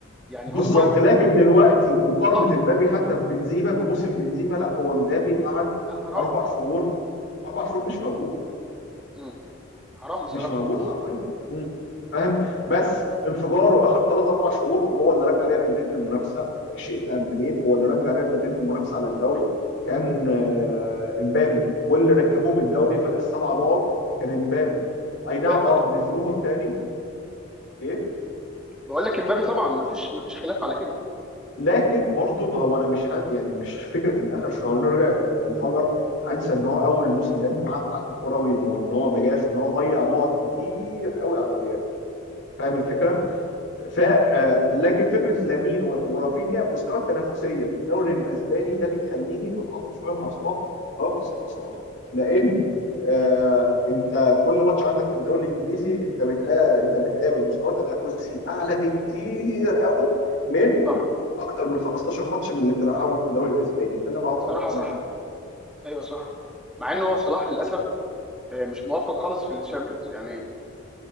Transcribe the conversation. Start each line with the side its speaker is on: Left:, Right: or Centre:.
Centre: يعني
Left: بالظبط
Centre: هو
Left: لكن دلوقتي مقارنه
Centre: اللقطه
Left: امبابي حتى ببنزيما بموسم بنزيما لا هو امبابي قعد
Centre: لا حرام
Left: اربع شهور اربع شهور مش موجود
Centre: مم. حرام بصراحه
Left: مش موجود حرفيا مم. فاهم بس
Centre: ب-
Left: انفجاره اخر ثلاث اربع شهور وهو اللي رجع ريال مدريد للمنافسه شيء تام ابيت هو اللي رجع ريال مدريد للمنافسه على الدوري كان آه، امبابي واللي ركبهم الدوري فرق السبع نقط كان امبابي اي
Centre: امبابي
Left: نعم اه
Centre: اه طبعا
Left: نزلوهم تاني ايه
Centre: بقول لك امبابي طبعا مفيش مفيش خلاف على كده
Left: لكن برضه ما هو انا مش ه... يعني مش فكره ان اخر شهرين رجع آه، انفجر هنسى ان هو اول موسم بيقدم عك كروي انه ان هو ما جاش وان هو ضيع نقط كتير قوي على الريال فاهم الفكره ف آه، لكن فكره لامين و- ورافينيا مستوى التنافسيه في الدوري الاسباني ده بيخليني اتعاطف شويه مع صلاح او اخد صف صلاح لان آه انت كل ماتش عندك في الدوري الانجليزي انت بتقا... انت بتقابل مستوى تنافسي اعلى بكتير قوي من
Centre: صح
Left: اكتر من 15 ماتش من اللي بتلعبهم في الدوري الاسباني ده اللي انا
Centre: بصراحه
Left: افضل مقتنع
Centre: صح
Left: بيه
Centre: ايوه صح مع ان هو صلاح للاسف آه، مش موفق خالص في الشامبيونز يعني